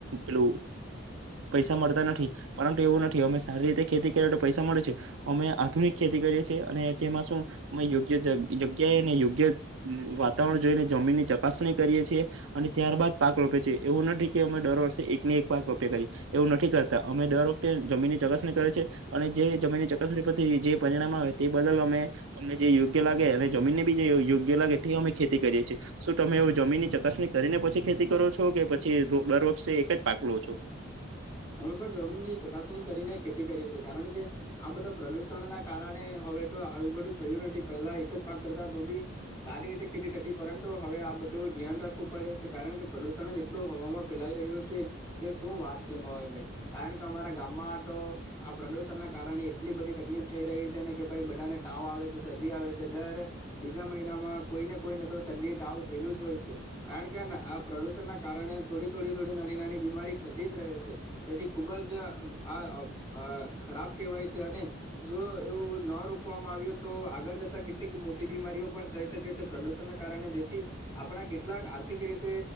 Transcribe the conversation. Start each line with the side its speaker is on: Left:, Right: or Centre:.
Right: પેલું પૈસા મળતા નથી. પરંતુ, એવું નથી અમે સારી રીતે ખેતી કરીએ તો પૈસા મળે છે. અમે આધુનિક ખેતી કરીએ છીએ, અને તેમાં શું અમે યોગ્ય જગ જગ્યાએ અને યોગ્ય અમ વાતાવરણ જોઈને જમીનની ચકાસણી કરીએ છીએ. અને ત્યારબાદ પાક રોપે છે. એવું નઠી કે અમે દર વર્ષે એકને એક પાક રોપ્યા કરીએ. એવું નઠી કરતા. અમે દર વખતે જમીનની ચકાસણી કરે છે. અને જે જમીનની ચકાસણી પરથી જે પરિણામ આવે તે બદલ અમે અમને જે યોગ્ય લાગે અને જમીનને બી જે યો યોગ્ય લાગે તે અમે ખેતી કરીએ છીએ. શું તમે એવુ જમીનની ચકાસણી કરીને પછી ખેતી કરો છો? કે પછી દર વર્ષે એક જ પાક લો છો.
Left: અમે પણ જમીનની ચકાસણી કરીને ખેતી કરીએ સે. કારણ કે, આ બધા પ્રડુષણ ના કારણે હવે તો આવું બધું થયું નથી. પહેલા એક જ પાક કરતા તો બી સારી રીતે ખેતી થતી. પરંતુ, હવે આ બધું ધ્યાન રાખવું પડે સે, કારણ કે, પ્રદુષણ જ એટલું હવામાં ફેલાઈ રહ્યું સે કે શું વાત કે મોય મેં કારણ કે, અમારા ગામમાં તો આ પ્રદુષણના કારણે એટલી બધી તકલીફ થઈ રહી છે ને કે ભાઈ બધાને ટાવ આવે સે, શરદી આવે સે, દર બીજા મહિનામાં કોઈને કોઈને તો શરદી, ટાવ થયેલું જ હોય સે. કારણ કે, આ ના પ્રદુષણના કારણે થોડી થોડી થોડી નાની નાની બીમારી ઠ તેજ રહે સે, જેઠી ખૂબ જ ઉહ આહ અબ અહ ખરાબ કહેવાય સે, અને જો એવું ન રોકવામાં આવ્યું તો આગળ જતા કેટલીક મોટી બીમારીઓ પણ થઈ શકે સે, પ્રદૂષણના કારણે જેથી આપણા કેટલાક આર્થિક રીતે